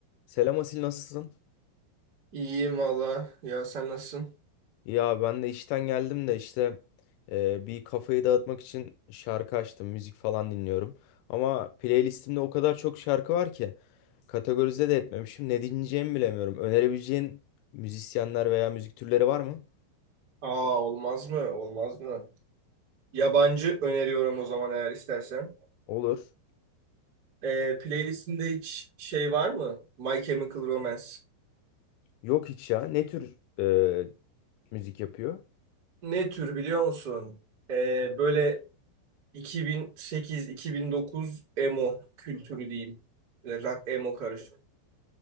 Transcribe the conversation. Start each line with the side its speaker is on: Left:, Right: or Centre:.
Left: Selam Asil nasılsın?
Right: İyiyim valla. Ya sen nasılsın?
Left: Ya ben de işten geldim de işte e, bir kafayı dağıtmak için şarkı açtım, müzik falan dinliyorum. Ama playlistimde o kadar çok şarkı var ki kategorize de etmemişim. Ne dinleyeceğimi bilemiyorum. Önerebileceğin müzisyenler veya müzik türleri var mı?
Right: Aa olmaz mı? Olmaz mı? Yabancı öneriyorum o zaman eğer istersen.
Left: Olur.
Right: Ee, playlistinde hiç şey var mı? My Chemical Romance.
Left: Yok hiç ya. Ne tür e, müzik yapıyor?
Right: Ne tür biliyor musun? Ee, böyle 2008-2009 emo kültürü diyeyim. Böyle Rock emo karışık.